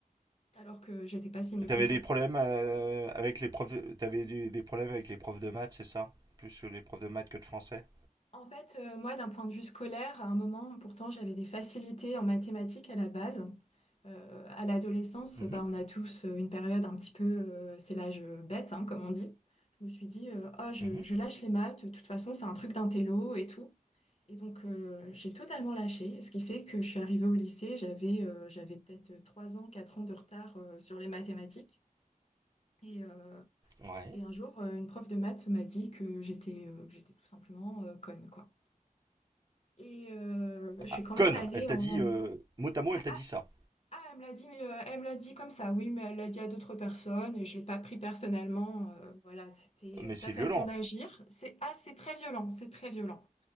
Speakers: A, on the left; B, on the right.
A: alors que j'étais pas si nulle
B: T'avais
A: que ça.
B: des problèmes
A: mais bon.
B: euh, avec les profs, t'avais du- des problèmes avec les profs de maths, c'est ça? Plus les profs de maths que de français?
A: En fait, euh, moi, d'un point de vue scolaire, à un moment, pourtant, j'avais des facilités en mathématiques à la base. Euh, à l'adolescence,
B: Mhm.
A: bah, on a tous euh, une période un petit peu, euh, c'est l'âge euh, bête, hein, comme on dit. Je me suis dit, euh, Ah, je,
B: Mhm.
A: je lâche les maths, de toute façon, c'est un truc d'intello et tout. Et donc, euh, j'ai totalement lâché, ce qui fait que je suis arrivée au lycée, j'avais euh, j'avais peut-être 3 ans, 4 ans de retard euh, sur les mathématiques. Et, euh,
B: Ouais.
A: et un jour, euh, une prof de maths m'a dit que j'étais euh, que j'étais tout simplement euh, conne, quoi. Et euh, je
B: Ah,
A: suis quand même
B: conne,
A: allée
B: elle t'a
A: en...
B: dit, euh, mot à mot,
A: Ah,
B: elle t'a
A: ah,
B: dit ça.
A: ah, elle me l'a dit, euh, elle me l'a dit comme ça, oui, mais elle l'a dit à d'autres personnes et je l'ai pas pris personnellement. euh, voilà, c'était
B: Mais
A: euh, sa
B: c'est
A: façon
B: violent.
A: d'agir. C'est ah, c'est très violent, c'est très violent.